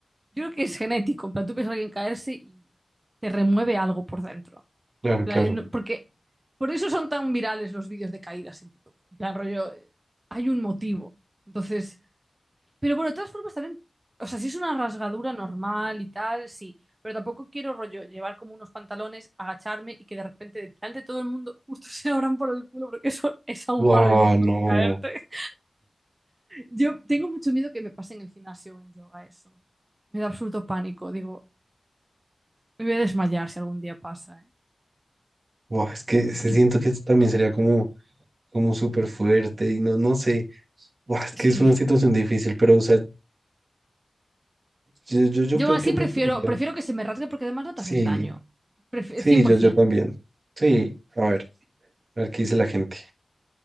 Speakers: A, on the right (about 25°); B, on the right (about 50°).
A: yo creo que es genético, en plan, tú ves a alguien caerse y te remueve algo por dentro.
B: claro,
A: En plan,
B: claro,
A: no- Porque por eso son tan virales los vídeos de caídas en YouTube. En plan, rollo, eh, hay un motivo. Entonces, pero bueno, de todas formas también, o sea, si es una rasgadura normal y tal, sí, pero tampoco quiero rollo llevar como unos pantalones, agacharme y que de repente delante de todo el mundo <laughs> justo se abran por el culo, porque eso es aún
B: wow,
A: más ridículo
B: no,
A: que caerte. Yo tengo mucho miedo que me pase en el gimnasio o en yoga eso. Me da absoluto pánico, digo, me voy a desmayar si algún día pasa, ¿eh?
B: wow, es que se
A: Y
B: siento que también sería como, como súper fuerte y no, no sé, guau, es
A: es
B: que
A: que
B: es una
A: uf,
B: situación difícil, pero, o sea, yo, yo, yo creo
A: Yo así
B: que preferiría.
A: prefiero, prefiero que se me rasgue porque además no
B: Sí,
A: te haces daño. Pref-
B: sí,
A: cien por 100%.
B: yo, yo también. Sí, a ver, a ver qué dice la gente.